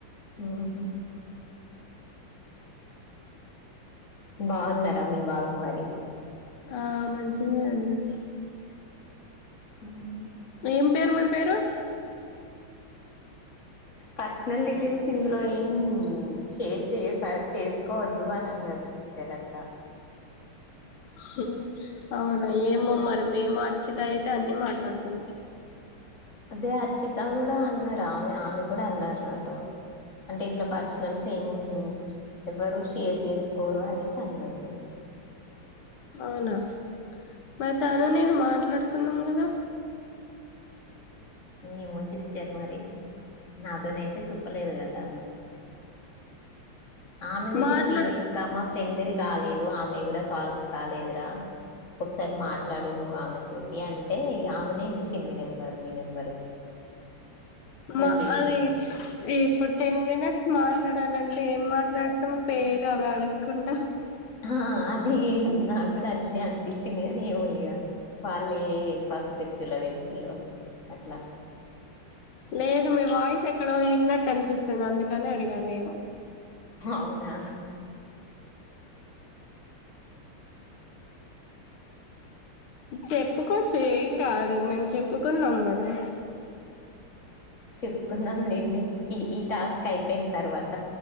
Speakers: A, on the left; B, on the left.
A: ఆహా బాగున్నర మీీ బాబు మరి
B: ఆ మంచిగానే ఉ
A: ఉహు
B: ఏం పేరు మీ పేరు
A: పర్సనల్ డీటెయిల్స్ ఇందులో ఏం షేర్ చెయో త చేసుకోవద్దు అని అన్నారు సిస్టర్ అట్లా
B: హ్మ్ అవునా ఏమోమ్మరి మేము అర్చేద అయితే అన్ని మాట్లాడుకున్నాం
A: అదే అర్చిత కూడా అన్నారు ఆమె ఆమె కూడా అన్నారు నాతో, అంటే ఇట్ల పర్సనల్స్ సేము, ఎవ్వరు షేర్ జేస్కోరు అనేసి అన్నారు.
B: అవునా మర్ తనునే మాట్లాడుకుంనం కద.
A: ఏమో సిస్టర్ మరి నాతోనైయితే చెప్పలేదుగ తాను ఆమెనే
B: మాట్లా
A: చెప్పిళ్ళు ఇంకా మా ఫ్రెండ్ కాలేదు ఆమె కూడా కాల్స్ కాలేదురా, ఒకసారి మాట్లాడు నువ్వు ఆమె తోటి అంటే ఇగ ఆమెనే ఇచ్చింది నెంబర్ మీ నెం
B: మా
A: చేసిన
B: అది ఇప్పుడు టెన్ మినిట్స్ మ ట్లాడాలంటే ఏం మాట్లాడత్తం పేరు అవ అడక్కుంట
A: ఆ అది నాకూడా అట్లనే అనిపించింది అని ఏమో ఇగ వాళ్ళే పర్స్పెక్టివ్ లొ పెట్టిల్లో అట్ల
B: లేదు మీ వాయిస్ ఎక్కడొ విన్నట్టు అనిపిస్సది అందుకని అడిగా నేమ్
A: అవునా
B: చెప్పుకోచ్చు ఏం కాదు మేము చెప్పుకున్నాం గదా.
A: చెప్పుక్కున్నంలేండి. ఈ ఈ టాస్క్ అయ్ పెయిన్ తర్వాత